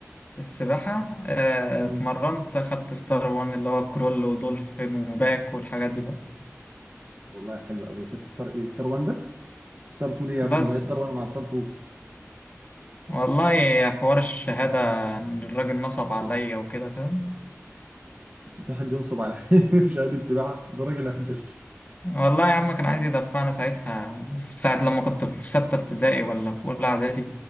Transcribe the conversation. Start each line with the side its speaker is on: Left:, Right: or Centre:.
Left: السباحة آه،
Right: امم
Left: اتمرنت خدت ستار وان اللي هو كرول ودولفين وباك والحاجات دي بقى
Right: والله حلو قوي خدت ستار ايه ستار 1 بس ستار 2 ليه يا ابني
Left: بس
Right: ما هي ستار 1 مع ستار 2
Left: والله يا حوار الشهادة إن الراجل نصب عليا وكده فاهم
Right: في حد ينصب على <laughs> في شهاده سباحه ده راجل اهبل
Left: والله يا عم كان عايز يدفعنا ساعتها ساعة لما كنت في ستة ابتدائي ولا في أولى إعدادي